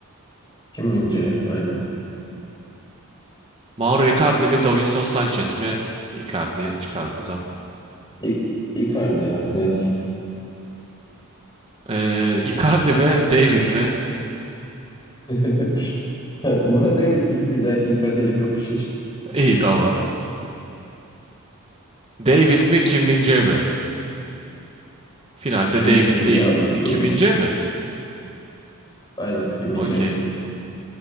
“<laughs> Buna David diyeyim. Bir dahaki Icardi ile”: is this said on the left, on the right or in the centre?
Left